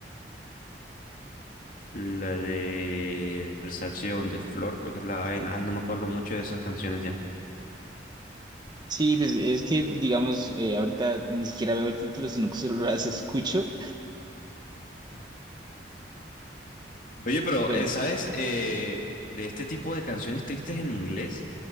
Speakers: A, on the left (about 45°); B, on the right (about 25°).
A: La de Versace on the Floor, creo que es la vaina. Ay, no me acuerdo mucho de esas canciones ya.
B: Sí, pues es que digamos, eh, ahorita ni siquiera veo el título, sino que solo las escucho,
A: Oye, pero,
B: pero...
A: eh, ¿sabes? Eh, de este tipo de canciones tristes en inglés,